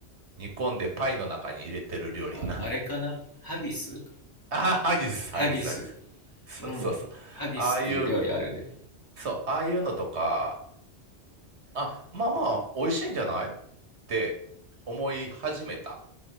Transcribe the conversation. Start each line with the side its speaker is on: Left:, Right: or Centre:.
Right: 煮込んでパイの中に入れてる料理な。
Left: あ、あれかなハギス
Right: <laughs> ああ、ハギス、
Left: ハギス。
Right: ハギス、ハギス。そうそうそう。
Left: うん。ハギスっていう料理あるね。
Right: ああいう、そう、ああいうのとか、あ、まあまあ、美味しいんじゃないって思い始めた。